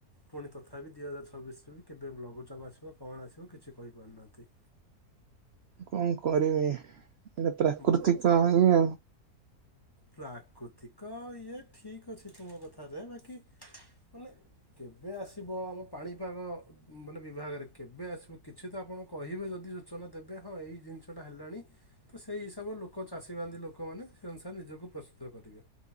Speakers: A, on the left; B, on the right.
A: ପୁଣି ତଥାପି ଦୁଇ ହଜାର ଛବିଶରୁ ବି କେବେ ଲଘୁଚାପ ଆସିବ କଣ ଆସିବ କିଛି କହିପାରୁନାହାନ୍ତି।
B: କଣ କରିବି ଏଇଟ ପ୍ରାକୃତିକ
A: ଭଲ।
B: ଇ
A: ପ୍ରାକୃତିକ ଇଏ ଠିକ୍ ଅଛି ତୁମ କଥାରେ ବାକି ମାନେ କେବେ ଆସିବ? ଆମ ପାଣିପାଗ ମାନେ ବିଭାଗରେ କେବେ ଆସିବ। କିଛି ତ ଆପଣ କହିବେ ଯଦି ସୂଚନା ଦେବେ ହଁ ଏଇ ଜିନିଷଟା ହେଲାଣି ତ ସେଇ ହିସାବ ଲୋକ ଚାଷୀ ବାନ୍ଧି ଲୋକମାନେ ସେ ଅନୁସାରେ ନିଜକୁ ପ୍ରସ୍ତୁତ କରିବେ